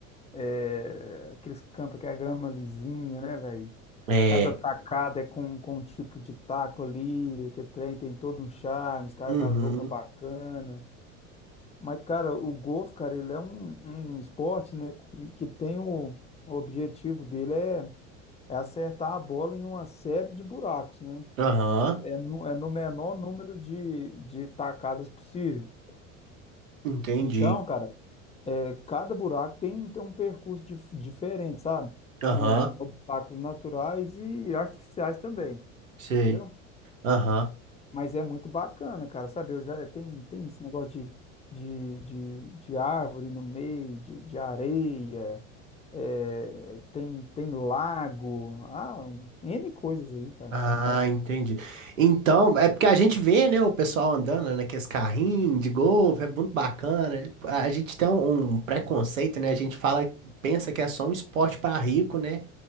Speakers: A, on the left (about 15°); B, on the right (about 90°).
A: É, aqueles campos que é a grama lisinha, né, velho?
B: É.
A: Cada tacada é com, com um tipo de taco ali, que é trem tem todo um charme, os caras
B: Uhum.
A: com as roupas bacanas. Mas, cara, o golfe, cara, ele é um, um esporte, né, que que tem o, o objetivo dele é, é acertar a bola em uma série de buracos, né?
B: Aham.
A: É no, é no menor número de, de tacadas possível.
B: Entendi.
A: Então, cara, é, cada buraco tem, tem um percurso dif- diferente, sabe?
B: Aham.
A: Com obstáculos naturais e artificiais também,
B: Sei.
A: entendeu?
B: Aham.
A: Mas é muito bacana, cara, sabe? Eu já tem, tem esse negócio de, de, de, de árvore no meio, de, de areia, é, tem, tem lago, ah, um N coisas aí, cara,
B: Ah,
A: sabe?
B: entendi. Então, é porque a gente vê, né, o pessoal andando né, naqueles carrinhos de golfe, é muito bacana. A gente tem um, um preconceito, né? A gente fala, pensa que é só um esporte para rico, né?